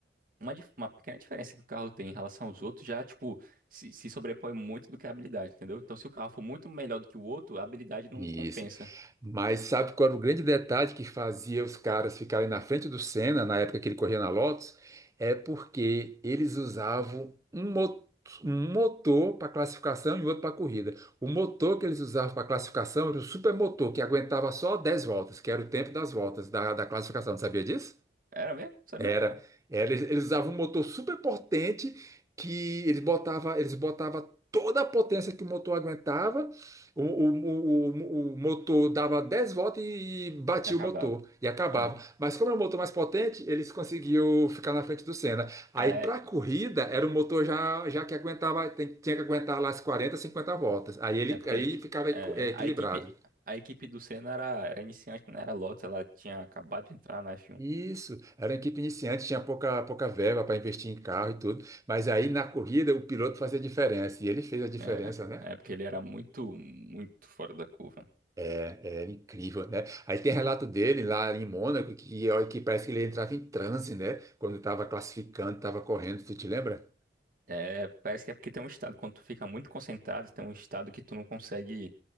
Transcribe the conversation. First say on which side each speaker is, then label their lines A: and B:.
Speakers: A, on the right (about 50°); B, on the right (about 20°).
A: uma, dif- uma pequena diferença que o carro tem em relação aos outros já, tipo, se, se sobrepõe muito do que a habilidade, entendeu? Então, se o carro for muito melhor do que o outro, a habilidade
B: Isso.
A: não compensa.
B: Mas sabe qual era o grande detalhe que fazia os caras ficarem na frente do Senna na época que ele corria na Lotus? É porque eles usavam um, mo- um motor para classificação e outro para corrida. O motor que eles usavam para classificação era o supermotor, que aguentava só 10 voltas, que era o tempo das voltas da, da classificação. Sabia disso?
A: Era mesmo? Sabia
B: Era,
A: não.
B: era, eles, eles usavam um motor super potente que eles botava, eles botava toda a potência que o motor aguentava. O, o, o, o- o motor dava 10 voltas e, batia
A: Já acabava.
B: o motor e acabava.
A: Ah,
B: Mas como era um motor mais potente, eles conseguiam ficar na frente do Senna. Aí
A: é,
B: para a corrida era um motor já, já que aguentava, tem- tinha que aguentar lá as 40 50 voltas. Aí ele
A: é porque
B: aí
A: a, equi-
B: ficava equ-
A: é,
B: eh, equilibrado.
A: a equipe a equipe do Senna era, era iniciante, não era Lotus, ela tinha acabado de entrar na F1.
B: Isso, era uma equipe iniciante, tinha pouca, pouca verba para investir em carro e tudo, mas aí na corrida o piloto fazia diferença, e ele fez a diferença,
A: né?
B: né?
A: É, é é porque ele era muito, muito fora da curva.
B: É, é incrível, né? Aí tem relato dele lá em Mônaco, que, ó, que parece que ele entrava em transe, né? Quando estava classificando, estava correndo, tu te lembra?
A: É, parece que é porque tem um estado, quando tu fica muito concentrado, tem um estado que tu não consegue,